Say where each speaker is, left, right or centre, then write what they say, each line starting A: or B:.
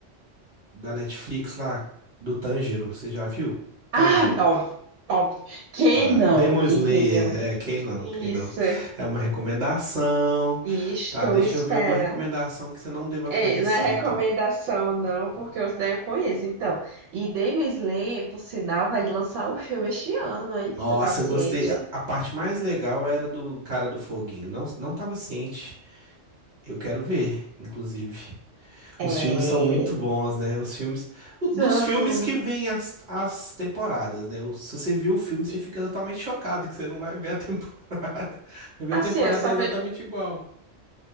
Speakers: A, on the right; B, on the right.
A: da Netflix lá, do Tanjiro, você já viu? Tanjiro,
B: Ah, óbvio, óbvio. Quem
A: tá.
B: não,
A: Demon
B: entendeu?
A: Slayer, é, quem não,
B: Isso,
A: quem não. É uma recomendação,
B: e estou
A: tá? Deixa
B: esperando.
A: eu ver uma recomendação que você não deva
B: Ei,
A: conhecer,
B: não é recomendação,
A: então.
B: não, porque eu né, eu conheço. Então, e Demon Slayer, por sinal, vai lançar o filme este ano, hein?
A: Nossa,
B: Tu tá ciente?
A: eu gostei. A a parte mais legal era do cara do foguinho. Não, não tava ciente. Eu quero ver, inclusive.
B: É.
A: Os filmes são muito bons, né? Os filmes. o- Dos
B: São.
A: filmes que vêm as, as temporadas, né? O- Se você viu o filme, você
B: E,
A: fica totalmente chocado que você não vai ver a temporada. <laughs> Vai ver
B: Assim,
A: a temporada
B: eu só
A: é exatamente
B: vejo,
A: igual.